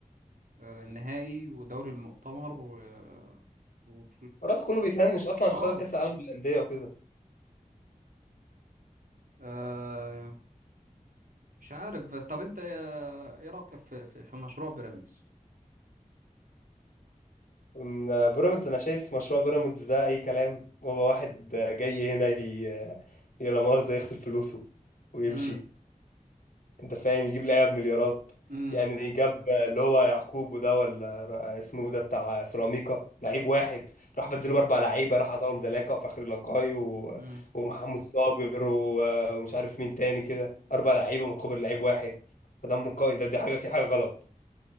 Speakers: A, on the right; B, on the left.
A: آه، النهائي ودوري المؤتمر و... و...
B: خلاص كله بيفنش اصلا عشان
A: اه
B: خاطر كاس العالم للانديه وكده
A: آه، مش عارف بس طب انت ايه إيه رايك في في, في مشروع بيراميدز
B: أم، بيراميدز انا شايف مشروع بيراميدز ده اي كلام هو واحد جاي هنا ي... ي- لا مؤاخذه يغسل فلوسه ويمشي
A: امم
B: انت فاهم يجيب لعيبه بمليارات
A: امم
B: يعني جاب اللي هو يعقوب وده ولا ر- اسمه ده بتاع سيراميكا لعيب واحد راح بدله
A: امم
B: اربع لعيبه راح عطاهم زلاكا وفخري لقاي و...
A: امم
B: ومحمود صابر و... ومش عارف مين تاني كده اربع لعيبه مقابل لعيب واحد فده من قوي ده دي حاجه في حاجه غلط